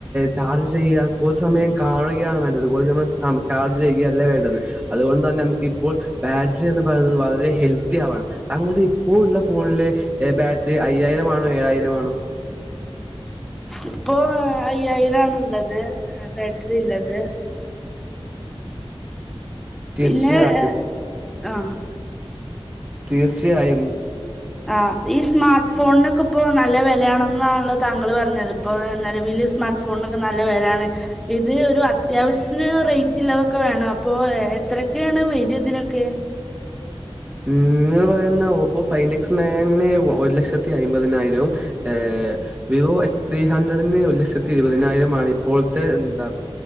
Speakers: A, on the right (about 15°); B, in the centre.
A: ചാർജ് ചെയ്യാൻ കൊതു സമയം കാണുകയാണ് വേണ്ടത് കൊതു സമയം ചാർജ് ചെയ്യുകയല്ലേ വേണ്ടത് അതുകൊണ്ട് തന്നെ നമുക്ക് ഇപ്പോൾ ബാറ്ററി എന്ന് പറയുന്നത് വളരെ ഹെൽത്തി ആവണം. താങ്കളുടെ ഇപ്പോ ഉള്ള ഫോണിലെ ബാറ്ററി അയ്യാ ആയിരം ആണോ ഏഴായിരംമാണോ എത്
B: ഇപ്പൊ അയ്യായിരംണ് ഉള്ളത്, ബാറ്ററി ഉള്ളത്.
A: തീർച്ചയായും
B: പിന്നെ ഏ ആ
A: തീർച്ചയായും.
B: ആ ഈ സ്മാർട്ട് ഫോണിനൊക്കെ ഇപ്പോ നല്ല വിലയാണെന്നാണ് താങ്കള് പറഞ്ഞത്, ഇപ്പോ നിലവില് സ്മാർട്ട് ഫോണൊക്കെ നല്ല വിലയാണ്. ഇത് ഒരു അത്യാവശ്യത്തിനുള്ള റേഞ്ചള്ളതൊക്കെ വേണം അപ്പോ എത്രയൊക്കെയാണ് വരതിനൊക്കെ
A: ഉം നിങ്ങള് ഓപ്പോ ഫൈവക്സ് നയണ് ഒരു ലക്ഷത്തി അമ്പതിനായിരം ഏ വിവോ എ ത്രീ ഹൺഡ്രഡിന് ഒരു ലക്ഷത്തി ഇരുപതിനായിരം ആണ് ഇപ്പോഴത്തെ എന്താ